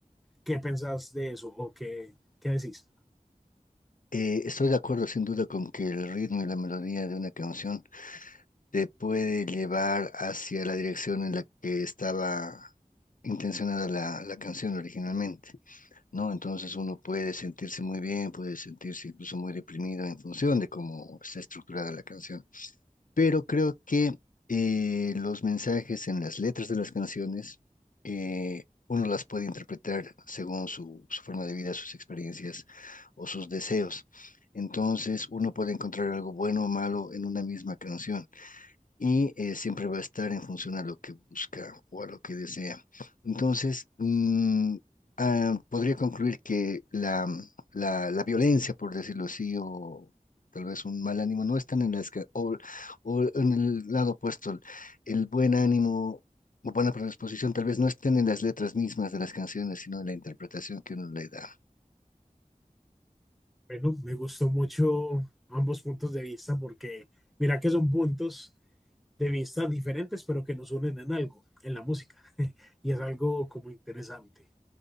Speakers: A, in the centre; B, on the left.
A: ¿Qué pensás de eso o qué, qué decís?
B: Eh, estoy de acuerdo sin duda con que el ritmo y la melodía de una canción te puede llevar hacia la dirección en la que estaba intencionada la, la canción originalmente, ¿no? Entonces uno puede sentirse muy bien, puede sentirse incluso muy deprimido en función de cómo está estructurada la canción. Pero creo que eh, los mensajes en las letras de las canciones, eh, uno las puede interpretar según su, su forma de vida, sus experiencias o sus deseos. Entonces uno puede encontrar algo bueno o malo en una misma canción y eh, siempre va a estar en función a lo que busca o a lo que desea. Entonces, mm, ah, podría concluir que la, mm, la- la violencia, por decirlo así, o tal vez un mal ánimo, no están en la esca- o, o en el lado opuesto, el buen ánimo. O buena predisposición, tal vez no estén en las letras mismas de las canciones, sino en la interpretación que uno le da.
A: Bueno, me gustó mucho ambos puntos de vista porque mira que son puntos de vista diferentes, pero que nos unen en algo, en la música. <laughs> y es algo como interesante.